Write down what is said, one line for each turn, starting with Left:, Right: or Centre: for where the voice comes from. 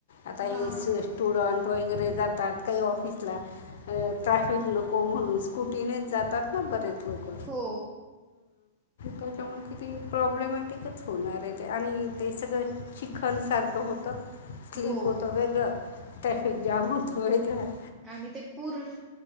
Left: आता हे
Right: हा
Left: स्टुडंट व एक वगैरे जातात काही ऑफिसला ट्रॅफिक नको म्हणून स्कूटीनेच जातात बरेच लोक
Right: हो
Left: त्याच्यामुळे किती प्रॉब्लेमॅटिकच होणार आहे ते आणि ते सगळं चिखल सारखं होत स्लीप
Right: हो
Left: होतं वेगळं ट्रॅफिक जाॅम होतं वेगळं
Right: आणि ते पूर